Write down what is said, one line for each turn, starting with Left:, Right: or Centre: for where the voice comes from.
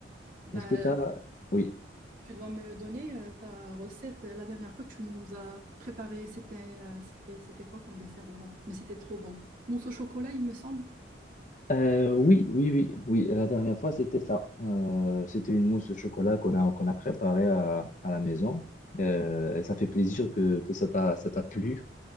Right: Bah,
Left: Est-ce que tu as... Oui.
Right: tu dois me donner euh, ta recette. La dernière fois, tu nous as préparé, c'était euh, c'était, c'était quoi comme dessert, je me rappelle. Mais c'était trop bon. Mousse au chocolat, il me semble.
Left: Euh, oui, oui, oui, oui. La dernière fois, c'était ça. Euh, c'était une mousse au chocolat qu'on a, qu'on a préparée à, à la maison. Euh, et ça fait plaisir que, que ça t'a, ça t'a plu.